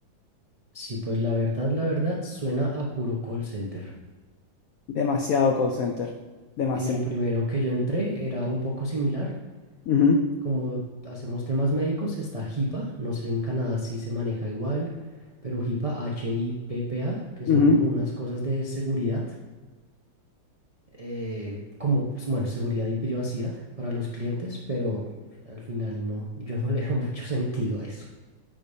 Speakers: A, on the right; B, on the left.
A: Sí, pues la verdad, la verdad, suena a puro call center.
B: Demasiado call center, demasiado.
A: En el primero que yo entré era un poco similar.
B: Ujú,
A: Como hacemos temas médicos, está HIPAA. No sé en Canadá si se maneja igual, pero HIPAA, H-I-P-P-A, que
B: ujú.
A: son como unas cosas de seguridad, eh, como, pues, bueno, seguridad y privacidad para los clientes, pero al final no, yo no <laughs> le veo mucho sentido a eso.